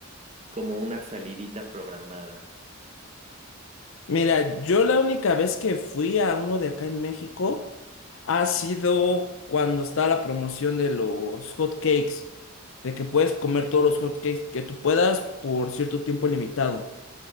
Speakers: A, on the right; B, on the left.
A: como una salidita programada.
B: Mira, yo la única vez que fui a uno de acá en México ha sido cuando está la promoción de los hot cakes, de que puedes comer todos los hot cakes que tú puedas por cierto tiempo limitado.